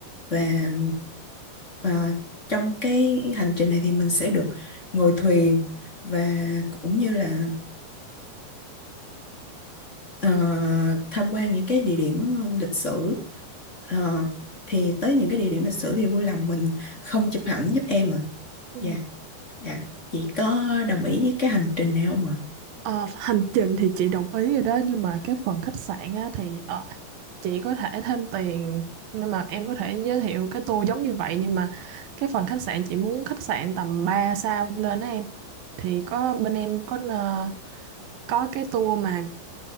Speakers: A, on the left; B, on the right.
A: và ờ, trong cái hành trình này thì mình sẽ được ngồi thuyền và cũng như là ờ, tham quan những cái địa điểm lịch sử Ờ, thì tới những cái địa điểm lịch sử thì vui lòng mình không chụp ảnh giúp em à
B: ừ.
A: dạ dạ chị có đồng ý với cái hành trình này không ạ
B: Ờ, hành trình thì chị đồng ý rồi đó nhưng mà cái phần khách sạn á, thì ờ, chị có thể thêm tiền nên mà em có thể giới thiệu cái tour giống như vậy nhưng mà cái phần khách sạn chị muốn khách sạn tầm 3 sao lên á em thì có bên em có ờ, có cái tour mà